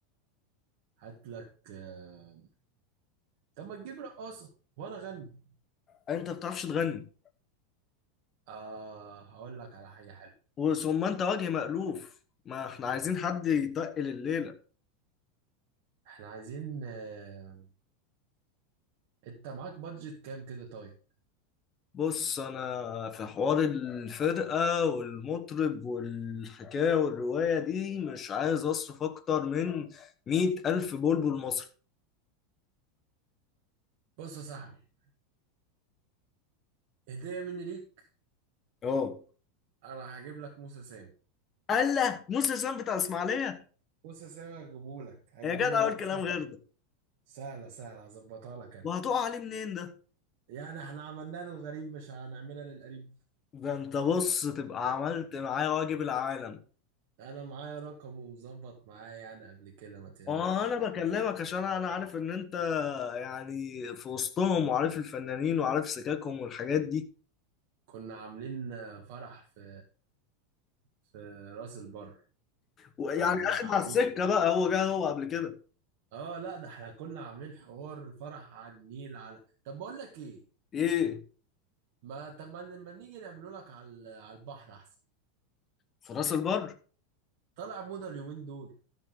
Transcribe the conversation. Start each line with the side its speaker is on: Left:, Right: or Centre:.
Right: هات لك آه، طب ما نجيب رقاصة وانا اغني
Left: انت بتعرفش تغني
Right: آه هقول لك على حاجة حلوة
Left: وثم انت وجه مألوف ما احنا عايزين حد يتقل الليلة
Right: احنا عايزين آه، انت معاك بادجت كام كده طيب
Left: بص انا في حوار الفرقة والمطرب والحكاية والرواية دي مش عايز اصرف اكتر من مية الف بلبل مصري
Right: بص يا صاحبي هدية مني ليك
Left: اه
Right: انا هجيب لك موسى سام
Left: قال له موسى سام بتاع الاسماعيلية
Right: بص يا سامي هجيبهولك هجيبهولك
Left: يا جدع اقول كلام
Right: سهل
Left: غير ده
Right: سهلة سهلة هظبطها لك أنا
Left: وهتقع عليه منين ده
Right: يعني احنا عملناها للغريب مش هنعملها للقريب
Left: ده انت بص تبقى عملت معايا واجب العالم
Right: أنا معايا رقم ومظبط معايا يعني قبل كده ما تقلقش
Left: وانا
Right: يعني
Left: بكلمك عشان انا عارف ان انت يعني في وسطهم وعارف الفنانين وعارف سكاكهم والحاجات دي
Right: كنا عاملين آه، فرح في في راس البر
Left: ويعني
Right: على
Left: اخد
Right: على
Left: على
Right: النيل
Left: السكه بقى هو جه هو قبل كده
Right: اه لا ده احنا كنا عاملين حوار فرح على النيل على طب بقول لك ايه
Left: ايه
Right: ما طب ما ما نيجي نعمله لك على على البحر احسن
Left: في راس البر
Right: طلع موضة اليومين دول